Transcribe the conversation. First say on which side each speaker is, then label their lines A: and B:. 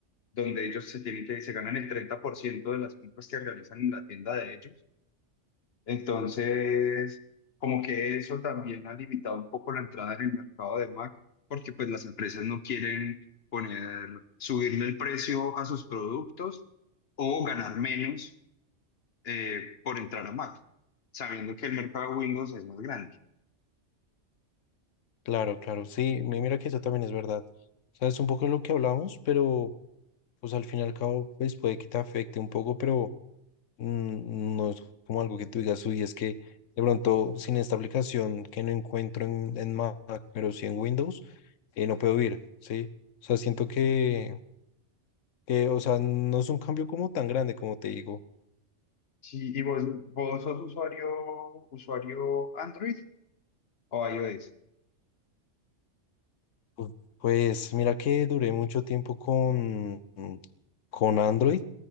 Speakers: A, on the left; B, on the left.
A: donde ellos se tienen que, se ganan el 30% de las compras que realizan en la tienda de ellos. Entonces, como que eso también ha limitado un poco la entrada en el mercado de Mac, porque pues las empresas no quieren poner, subirle el precio a sus productos o ganar menos eh, por entrar a Mac, sabiendo que el mercado de Windows es más grande.
B: Claro, claro, sí, mi- mira que eso también es verdad. O sea, es un poco lo que hablamos, pero pues al fin y al cabo, pues puede que te afecte un poco, pero mm, no es como algo que tú digas, uy, es que de pronto sin esta aplicación que no encuentro en, en Mac, pero sí en Windows, eh, no puedo ir, ¿sí? O sea, siento que, que, o sea, no es un cambio como tan grande como te digo.
A: Sí, ¿y vos, vos sos usuario, usuario Android o iOS?
B: Pu- Pues mira que duré mucho tiempo con, con Android,